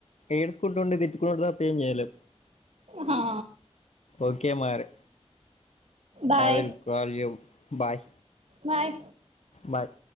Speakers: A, on the left (about 80°); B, on the right (about 70°).
A: ఏడ్స్ కుంటా ఉండి తిట్కుకునుడు తప్ప ఏం చేయలేం.
B: హా
A: ఓకే మారీ
B: bye
A: I will call you bye
B: bye
A: bye